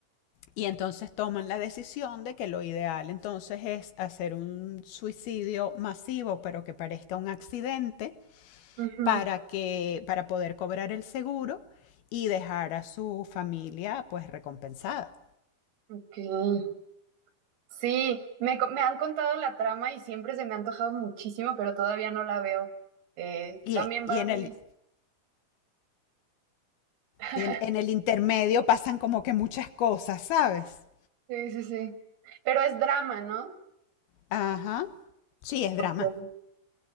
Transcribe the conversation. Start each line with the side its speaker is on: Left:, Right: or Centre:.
Left: y entonces toman la decisión de que lo ideal entonces es hacer un suicidio masivo, pero que parezca un accidente
Right: Ujú,
Left: para que para poder cobrar el seguro y dejar a su familia pues recompensada.
Right: ok. Sí, me, co- me han contado la trama y siempre se me ha antojado muchísimo, pero todavía no la veo. Eh,
Left: Y,
Right: también
Left: y
Right: va
Left: en
Right: a mi
Left: el,
Right: lista. <laughs>
Left: Y En, en el intermedio pasan como que muchas cosas, ¿sabes?
Right: Sí, sí, sí. Pero es drama, ¿no?
Left: Ajá. Sí, es
Right: Ok.
Left: drama.